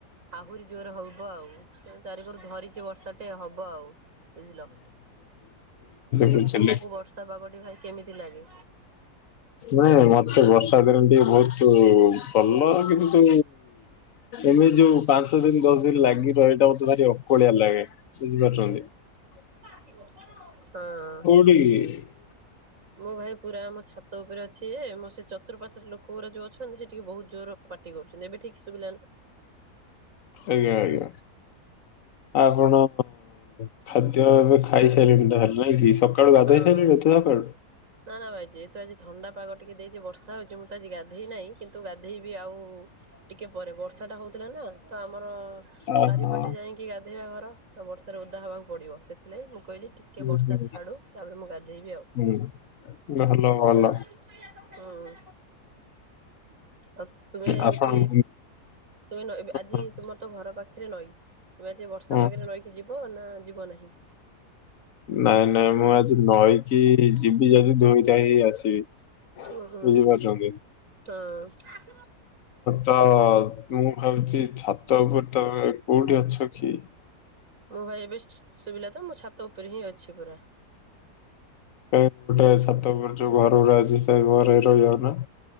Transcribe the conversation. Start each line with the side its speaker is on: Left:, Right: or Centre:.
Right: ଆହୁରି ଜୋରରେ ହବ ଆଉ ଚାରି କୋରୁ ଧରି ବର୍ଷାଟେ ହବ ଆଉ ବୁଝିଲ ତ
Left: ବୁଝିଲି
Right: ତୁମକୁ। ବର୍ଷା ପାଗଟି ଭାଇ କେମିତି ଲାଗେ?
Left: ନାଇଁ ମତେ ବର୍ଷା ଦିନ ଟିକେ ବହୁତ ଭଲ କିନ୍ତୁ। ଏମି ଯୋଉ ପାଞ୍ଚ ଦିନ ଦଶ ଦିନ ଲାଗି ରହେ ଏଇଟା ମତେ ଭାରି ଅକଳିଆ ଲାଗେ ବୁଝିପାରୁଛନ୍ତି। ହ
Right: ହଁ।
Left: ପି
Right: ମୁଁ ଭାଇ ପୁରା ମୋ ଛାତ ଉପରେ ଅଛି ଯେ ମୋ ସେ ଚତୁର୍ପାଶରେ ଲୋକ ଗୋରା ଯଉ ଅଛନ୍ତି ସେ ଟିକେ ବହୁତ ଜୋର ପାଟି କରୁଛନ୍ତି ଏବେ ଠିକ୍ ଶୁଭିଲା ନା।
Left: ଆଜ୍ଞା ଆଜ୍ଞା। ଆପଣ ଖାଦ୍ୟ ଏବେ ଖାଇସାଇଲେଣି ସାଇଲେଣି ତାହେଲେ ନାଇଁ କି ସ କାଳୁ ଗଧୋଇ
Right: ହଁ
Left: ସାଇଲେଣି <unintelligible>
Right: ନା ନା ଭାଇ ଯେହେତୁ ଆଜି ଥଣ୍ଡା ପାଗ ଟିକେ ଦେଇଚି ବର୍ଷା ହଉଚି ମୁଁ ତ ଆଜି ଗାଧେଇ ନାହିଁ କିନ୍ତୁ ଗାଧେଇବି ଆଉ। ଟିକିଏ ପରେ ବର୍ଷା ଟା ହଉଥିଲା ନା ତ ଆମର।
Left: ଓହୋ
Right: ବାରିପଟେ ଯାଇଁକି ଗାଧେଇବା ଘର ତ ବର୍ଷାରେ ଓଦା ହବାକୁ ପଡିବ ସେଥିଲାଗି ମୁଁ କହିଲି ଠିକ୍ କେ
Left: ହୁଁ
Right: ବର୍ଷା
Left: ହୁଁ
Right: ଛାଡ଼ୁ। ତାପରେ ମୁଁ ଗାଧେଇବି ଆଉ
Left: ହୁଁ ନହଲ ଭଲ।
Right: ଏଇଆ ହୁଁ ଆଉ ତୁମେ
Left: ଆପଣ
Right: ଉଠିକି ତୁମେ ଆଜି
Left: ହଁ
Right: ତୁମର ତ ଘର ପାଖେରେ ନଈ। ତମେ ଆଜି ବର୍ଷା
Left: ହଁ
Right: ପାଗରେ ରହିକି ଯିବ ନା ଯିବ ନାହିଁ।
Left: ନାଇଁ ନାଇଁ ମୁଁ ଆଜି ନଈକି ଯିବି ଯଦି ଦୁଇଟା ହେଇ ଆସିବି।
Right: ଉଁ ହୁଁ
Left: ବୁଝିପାରୁଚନ୍ତି।
Right: ହଁ।
Left: ତ ମୁଁ ଭାବୁଚି ଛାତ ଉପରେ ତମେ କୋଉଠି ଅଛ କି?
Right: ମୋ ଭାଇ ଏବେ ଶୁବିଲା ତ ମୁଁ ଛାତ ଉପରେ ହିଁ ଅଛି ପୁରା।
Left: ଏ ଗୋଟେ ଛାତ ଉପରେ ଯୋଉ ଘର ଗୋରା ଅଛି ସେ ଘରେ ରହି ଯାଉନା।